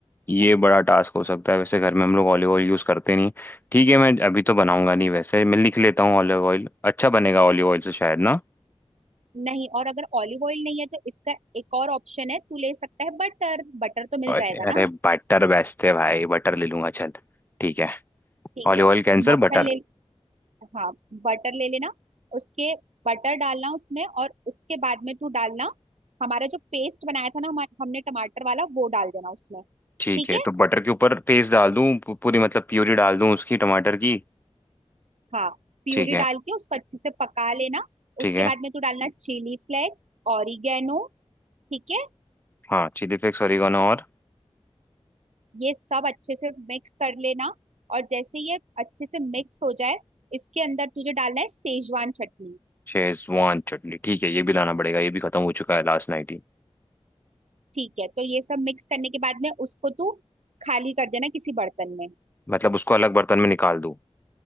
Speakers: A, on the left; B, on the right.
A: ये बड़ा टास्क हो सकता है वैसे घर में हम लोग ऑलिव ऑयल यूज़ करते नहीं ठीक है मैं अभी तो बनाऊंगा नहीं वैसे मैं लिख लेता हूँ ऑलिव ऑयल अच्छा बनेगा ऑलिव ऑयल से शायद ना
B: नहीं और अगर ऑलिव ऑयल नहीं है तो इसका एक और ऑप्शन है तू ले सकता है बटर बटर तो मिल
A: अरे
B: जाएगा
A: अरे
B: ना
A: बटर बेचते भाई बटर ले लूंगा चल ठीक है
B: ठीक
A: ऑलिव
B: है
A: ऑयल कैंसर
B: मक्खन
A: बटर
B: ले हाँ बटर ले लेना उसके बटर डालना उसमें और उसके बाद में तू डालना हमारा जो पेस्ट बनाया था ना हमा- हमने टमाटर वाला वो डाल देना उसमें ठीक
A: ठीक है
B: है
A: तो बटर के ऊपर पेस्ट डाल दूं पू- पूरी मतलब प्यूरी डाल दूं उसकी टमाटर की
B: हाँ प्यूरी
A: ठीक है
B: डाल के उसको अच्छे से पका लेना
A: ठीक
B: उसके
A: है
B: बाद में तू डालना चिली फ्लेक्स ऑरिगेनो ठीक है
A: हाँ चिली फ्लेक्स ओरिगानो और
B: ये सब अच्छे से मिक्स कर लेना और जैसे ये अच्छे से मिक्स हो जाए इसके अंदर तुझे डालना है सेजवान चटनी
A: शेजवान चटनी ठीक है ये भी लाना पड़ेगा ये भी खत्म हो चुका है लास्ट नाइट ही
B: ठीक है तो ये सब मिक्स करने के बाद में उसको तू खाली कर देना किसी बर्तन में
A: मतलब उसको अलग बर्तन में निकाल दूं